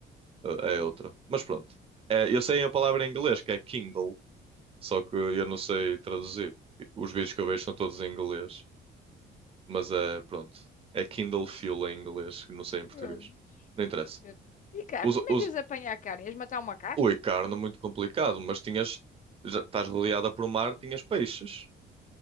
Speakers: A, on the right (about 30°); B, on the left (about 40°).
A: Ah, é outra. Mas pronto, É, eu sei a palavra em inglês, que é Kindle, só que eu não sei traduzir. Os vídeos que eu vejo são todos em inglês, mas é, pronto, é Kindle Fuel em inglês, que não sei em português.
B: Prontos.
A: Não interessa.
B: Eu- E carne?
A: Os-
B: Como
A: os-
B: é que ias apanhar carne? Ias matar um macaco?
A: ui, carne muito complicado, mas tinhas, já estás rodeada por mar, tinhas peixes.